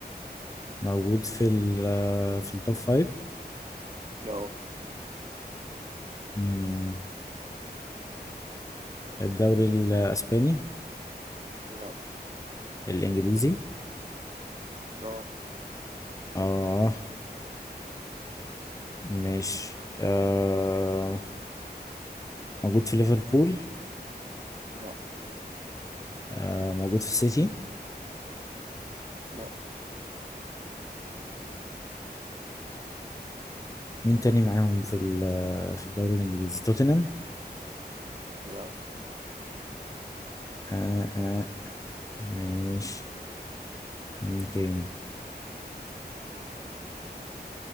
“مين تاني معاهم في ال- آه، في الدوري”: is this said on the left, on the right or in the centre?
Left